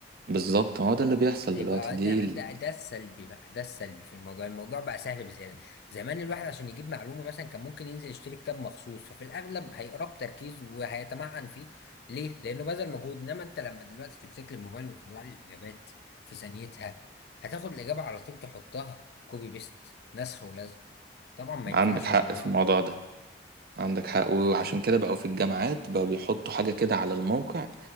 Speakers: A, on the right; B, on the left.
A: بالظبط هو ده اللي بيحصل
B: دي
A: دلوقتي
B: يبقى
A: دي
B: ده
A: ال-
B: ده ده السلبي بقى ده السلبي في الموضوع الموضوع بقى سهل بزياده زمان الواحد عشان يجيب معلومه مثلا كان ممكن ينزل يشتري كتاب مخصوص ففي الاغلب هيقراه بتركيز وهيتمعن فيه ليه لانه بذل مجهود انما انت لما دلوقتي تمسك لي الموبايل وتطلع لي الاجابات في ثانيتها هتاخد الاجابه على طول تحطها كوبي بيست نسخ ولزق طبعا ما ينفعش
A: عندك حق
B: الموضوع
A: في الموضوع
B: ده
A: ده عندك حق وعشان كده بقوا في الجامعات بقوا بيحطوا حاجة كده على الموقع